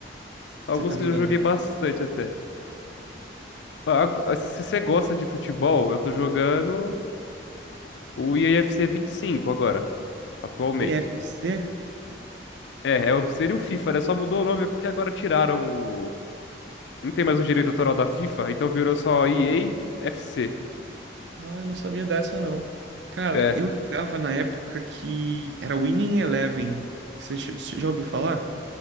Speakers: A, on the left; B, on the right.
A: Alguns
B: Você tá jogando
A: que eu já joguei
B: algum?
A: bastante até. Ah, ag- Se você gosta de futebol, eu tô jogando o I A F C 25 agora, atualmente.
B: EFC?
A: É, é o- seria o FIFA, né? Só mudou o nome é porque agora tiraram o. Não tem mais o direito autoral da FIFA, então virou só EA FC.
B: Ah, eu não sabia dessa não. Cara,
A: É.
B: eu jogava na época que era Winning Eleven. Você já você já ouviu falar?